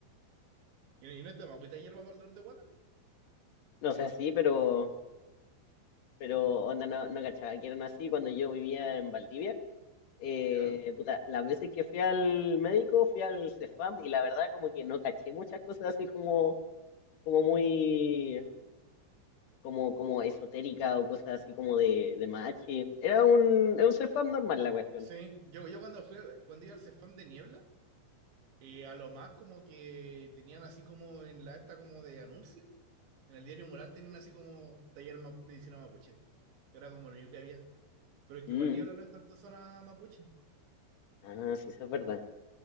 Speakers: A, on the right; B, on the left.
A: Y, no, y no está mapuita hierba para el dolor de guata,
B: no sé así, pero, pero onda, no, no cachaba que eran así cuando yo vivía en Valdivia. eh,
A: ¿ya?
B: puta, las veces que fui al médico, fui al CEFAM y la verdad como que no caché muchas cosas así como, como muy como, como esotérica o cosas así como de, de machi. Era un, era un ser fan normal la cuestión.
A: Sí, yo, yo cuando fui, al- cuando iba al Cefam de Niebla, eh, a lo más como que tenían así como en la esta como de anuncio. En el diario Mural tenían así como taller ma- medicina mapuche. Era como lo único que había. Pero es
B: Mm.
A: que igual Niebla no es tanto zona mapuche.
B: Ah, sí, eso es verdad.